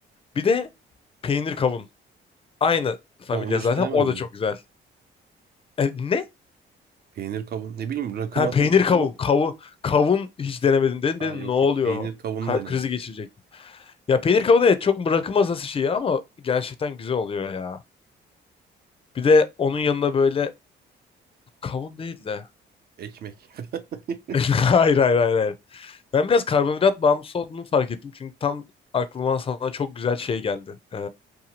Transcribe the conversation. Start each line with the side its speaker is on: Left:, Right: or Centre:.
Left: Bir de peynir kavun. Aynı familya
Right: Kavun hiç
Left: zaten
Right: denemedim
Left: o da
Right: mi?
Left: çok güzel. E, ne?
Right: Peynir kavun. Ne bileyim rakı
Left: Ha
Right: masası
Left: peynir kavun.
Right: gibi. oldu.
Left: Kavun, kavun hiç denemedin dedim. Dedim
Right: Aa, yok
Left: ne oluyor?
Right: yok peynir kavunu
Left: Kalp
Right: denemedim.
Left: krizi geçirecektim. Ya peynir kavun evet çok bırakılmaz nasıl şeyi ama gerçekten güzel oluyor ya. Bir de onun yanına böyle kavun değil de.
Right: Ekmek. <laughs>
Left: <laughs> Hayır hayır hayır hayır. Ben biraz karbonhidrat bağımlısı olduğumu fark ettim. Çünkü tam aklıma sana çok güzel şey geldi. Ee,